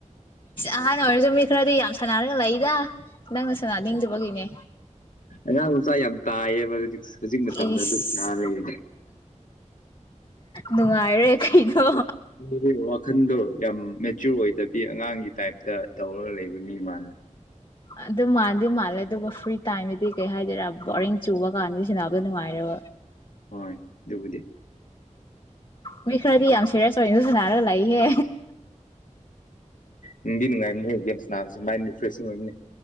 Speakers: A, on the left; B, on the left.
A: ꯑꯍꯥꯟꯕ ꯑꯣꯏꯔꯁꯨ ꯃꯤ ꯈꯔꯗꯤ ꯌꯥꯝ ꯁꯥꯟꯅꯔꯒ ꯂꯩꯏꯗ ꯅꯪꯁꯅ ꯅꯤꯡꯗꯨꯕꯒꯤꯅꯦ
B: ꯑꯉꯥꯡ ꯃꯆꯥ ꯌꯥꯝ ꯀꯥꯏꯌꯦꯕ ꯍꯧꯖꯤꯛ ꯍꯧꯖꯤꯛ ꯃꯇꯝꯗ
A: ꯏꯁ
B: ꯑꯗꯨ ꯂꯩꯔꯤ
A: ꯅꯨꯡꯉꯥꯏꯔꯦ ꯀꯩꯅꯣ
B: ꯗꯤ ꯋꯥꯈꯟꯗ ꯌꯥꯝ ꯃꯦꯆꯨꯔ ꯑꯣꯏꯗꯕꯤ ꯑꯉꯥꯡꯒꯤ ꯇꯥꯏꯞꯇ ꯇꯧꯔꯒ ꯂꯩꯕ ꯃꯤ ꯃꯥꯜꯂꯦꯕ
A: ꯑꯗꯨ ꯃꯥꯟꯗꯤ ꯃꯥꯜꯂꯦ ꯑꯗꯨꯒ ꯐ꯭ꯔꯤ ꯇꯥꯏꯝꯗꯤ ꯀꯩ ꯍꯥꯏꯗꯣꯏꯔꯥ ꯕꯣꯔꯤꯡ
B: ꯍꯣꯏ
A: ꯆꯨꯕ ꯀꯥꯟꯗ ꯁꯤꯗꯅꯥꯏꯔꯣ
B: ꯍꯣꯏ ꯑꯗꯨꯕꯨꯗꯤ
A: ꯃꯤ ꯈꯔꯗꯤ ꯌꯥꯝ ꯁꯔꯁ ꯑꯣꯏ ꯑꯗꯨ ꯁꯅꯥꯔꯒ ꯂꯥꯛꯏꯍꯦ
B: ꯎꯝꯝ ꯗꯤ ꯅꯨꯡꯉꯥꯏꯅꯤ ꯍ ꯒꯦꯟꯁ ꯅꯥꯔꯁꯦ ꯃꯥꯏꯟ ꯔꯤꯐ꯭ꯔꯦꯁꯤꯡ ꯑꯣꯏꯕꯅꯤ